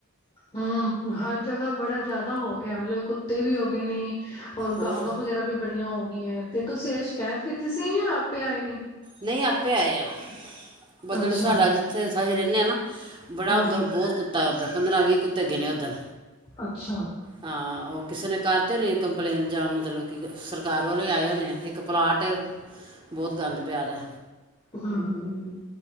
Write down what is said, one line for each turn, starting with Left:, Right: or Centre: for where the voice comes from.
Left: ਹਮ ਹਰ ਜਗ੍ਹਾ ਬੜਾ ਜਿਆਦਾ ਹੋ ਗਿਆ ਮਤਲਬ ਕੁੱਤੇ ਵੀ ਹੋ ਗਏ ਨੇ ਔਰ
Right: ਹੋਰ
Left: ਗਾਵਾਂ ਵਗੈਰਾ ਵੀ ਬੜੀਆਂ ਹੋ ਤੇ ਤੁਸੀਂ ਇਹ ਸ਼ਿਕਾਇਤ ਕੀਤੀ ਸੀ ਜਾਂ ਆਪੇ ਆਏ ਨੇ
Right: ਨਹੀਂ ਆਪੇ ਆ ਆ ਮਤਲਬ
Left: ਅੱਛਾ
Right: ਸਾਡਾ ਜਿੱਥੇ ਅਸੀਂ ਰਹਿੰਦੇ ਹ ਨਾ ਬੜਾ
Left: ਹਾਂ
Right: ਉੁੰਦਰ
Left: ਹਾਂ
Right: ਬਹੁਤ ਕੁੱ ਉਦ ਪੰਦਰਾਂ ਵੀਹ ਕੁ ਧਗੇ ਨੇ ਓਦਣ
Left: ਅੱਛਾ ਹਮ
Right: ਹਾਂ ਉਹ ਕਿਸੇ ਨੇ ਕਰਦੇ ਨੇ ਕੰਪਲੇਨ ਜਾਂ ਮਤਲਬ ਕਿ ਸਰਕਾਰ ਵੱਲੋਂ ਆਏ ਹੁੰਦੇ ਆ ਇੱਕ ਪਲਾਟ ਬਹੁਤ ਗੰਦ ਪਿਆਦਾ
Left: ਹ ਹ